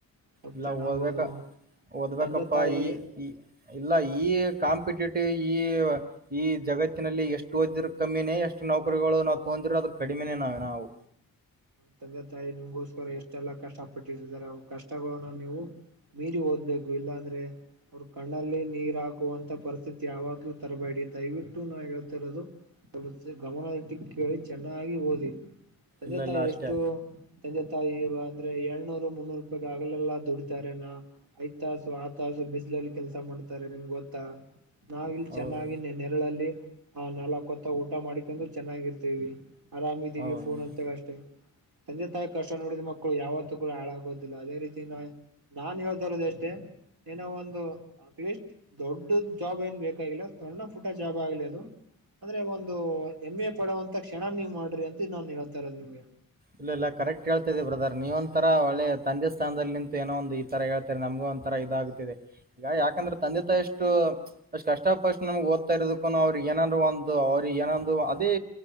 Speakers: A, on the right; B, on the right.
A: ಸ್ವಲ್ಪ
B: ಇಲ್ಲ
A: ಚೆನ್ನಾಗ್
B: ಓದ್ಬೇಕ
A: ಓದು
B: ಓದ್ಬೇಕಪ್ಪಾ
A: ತಂದೆ ತಾಯಿ
B: ಈ ಈ ಇಲ್ಲ ಈ ಕಾಂಪಿಟೇಟಿವ್ ಈ ಈ ಜಗತ್ತಿನಲ್ಲಿ ಎಷ್ಟು ಹೊದ ಕಮ್ಮಿನೇ ಎಷ್ಟು ನೌಕರಿಗಳು ನಾವು ತೊ ಅಂದರ ಅದು ಕಡಿಮೆನೇ ನಾವೇ ನಾವು
A: ತಂದೆ ತಾಯಿ ನಿಮ್ಗೋಸ್ಕರ ಎಷ್ಟೆಲ್ಲಾ ಕಷ್ಟಪಟ್ಟಿರ್ದ್ದಾರೆ ಅವ ಕಷ್ಟಗಳನ್ನು ನೀವು ಮೀರಿ ಓದ್ಬೇಕು ಇಲ್ಲಾಂದ್ರೆ ಅವ್ರ ಕಣ್ಣಲ್ಲಿ ನೀರ್ ಹಾಕುವಂತ ಪರಿಸ್ಥಿತಿ ಯಾವಾಗ್ಲೂ ತರಬೇಡಿ ದಯವಿಟ್ಟು ನಾ ಹೇಳ್ತಿರೋದು ಗಮನಟ್ಟು ಕೇಳಿ ಚೆನ್ನಾಗಿ ಓದಿ ಸಂಜೆ
B: ಇಲ್ಲ
A: ತಾಯಿ
B: ಇಲ್ಲ ಅಷ್ಟೇ
A: ಎಷ್ಟು ತಂದೆತಾಯಿ ಅಂದ್ರೆ ಏಳ್ನೂರು ಮುನ್ನೂರು ರೂಪಾಯ ಆಗಲೆಲ್ಲಾ ದುಡಿತಾರೆ ನಾ ಐ ತಾಸು ಆ ತಾಸು ಬಿಸಿಲಲ್ಲಿ ಕೆಲಸ ಮಾಡ್ತಾರೆ ನಿಮ್ಗೆ ಗೊತ್ತಾ ನಾವಿಲ್ಲಿ
B: ಹೌದು
A: ಚೆನ್ನಾಗಿ ನೆರಳಲ್ಲಿ ಆ ನಾಲ್ಕು ಹೊತ್ತ ಊಟ ಮಾಡಿಕೊಂಡು ಚೆನ್ನಾಗಿರ್ತೀವಿ ಆರಾಮ ಇದೀವಿ
B: ಹೌದು
A: ಫೋನ್ ಹತಕ್ಕ ಅಷ್ಟೆ ತಂದೆ ತಾಯಿ ಕಷ್ಟ ನೋಡಿದ ಮಕ್ಕಳು ಯಾವತ್ತೂ ಕೂಡ ಹಾಳಾಗೋದಿಲ್ಲ ಅದೇ ರೀತಿ ನ ನಾನ್ ಹೇಳ್ತಾರೋದ ಅಷ್ಟೇ ಏನೋ ಒಂದು ಅಟ್ಲೀಸ್ಟ್ ದೊಡ್ಡ ಜಾಬ್ ಏನ್ ಬೇಕಾಗಿಲ್ಲ ಸಣ್ಣ ಪುಟ ಜಾಬ್ ಆಗ್ಲಿ ಅದು ಅಂದ್ರೆ ಒಂದು ಎಮ್ ಎ ಪಡೋಂತ ಕ್ಷಣ ನೀವ್ ಮಾಡ್ರಿ ಅಂತ ಇನ್ನನ್ ಹೇಳ್ತಾರ ನಿಮ್ಗೆ
B: ಇಲ್ಲ ಇಲ್ಲ ಕರೆಕ್ಟ್ ಕೇಳ್ತಿದಿ ಬ್ರದರ್ ನೀವ ಒಂಂತರ ಒಳ್ಳೆ ತಂದೆ ಸ್ಥಾನದಲ್ಲಿ ನಿಂತು ಏನೋ ಒಂದು ಈ ತರ ಹೇಳ್ತಾರೆ ನಮ್ಗೆ ಒಂತರ ಇದಾಗತಿದೆ ಈಗ ಯಾಕಂದ್ರೆ ತಂದೆ ತಾಯ ಎಷ್ಟು ಅಷ್ಟ್ ಕಷ್ಟ ಪಷ್ಟ್ ನಮ್ಗೆ ಓದ್ತಾ ಇರದಕ್ಕ ಅವ್ರಿಗೆ ಏನಾರರು ಒಂದು ಅವ್ರರು ಏನೊಂದು ಅದೇ